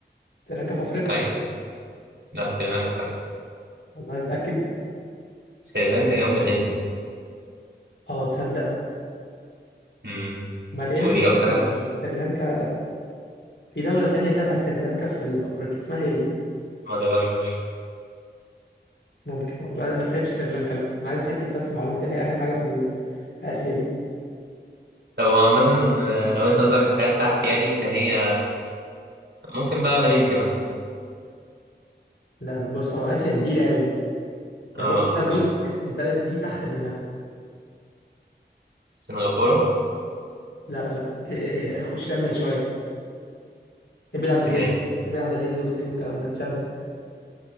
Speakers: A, on the left; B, on the right.
A: سريلانكا في افريقيا
B: طيب؟ لا سريلانكا في آسيا
A: والله متأكد
B: سريلانكا جنب الهند
A: اه تصدق
B: مم.
A: امال ايه اللي
B: ودي
A: في
B: أكتر حاجة
A: سريلانكا في دولة تانية شبه سريلانكا في في افريقيا اسمها ايه
B: مدغشقر
A: ممكن ممكن لا بس هي مش سريلانكا لا انا عايز اتاكد بس من معلومه ان هي اخر حاجه في ال... في اسيا دي
B: طب هو عامة آه، لو أنت قصدك على حاجات تحت يعني فهي ممكن بقى ماليزيا مثلا
A: لا لا بص هو اسيا كبيره قوي
B: اه
A: هو فيها جزء البلد دي تحت منها
B: سنغافورة
A: لا لا إيه، خش شمل شويه ابعد عن الهند
B: شمال
A: ابعد عن الهند والصين والكلام ده شمل